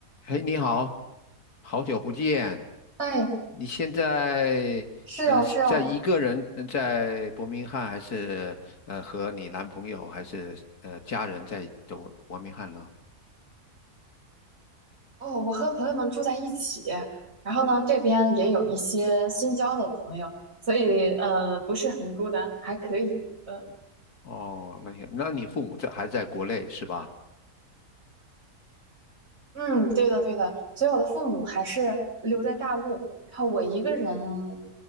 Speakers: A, on the left (about 80°); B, on the right (about 45°).
A: 嘿，你好，好久不见。
B: 哎，
A: 你现在呃是在一个人呃在伯明翰，
B: 是哦，是哦，
A: 还是呃和你男朋友，还是呃家人在走伯明翰呢？
B: 哦，我和朋友们住在一起，然后呢，这边也有一些新交的朋友，所以呃，不是很孤单，还可以。呃，
A: 哦，那些，那你父母在还在国内是吧？
B: 嗯，对的，对的，所以我的父母还是留在大陆，然后我一个人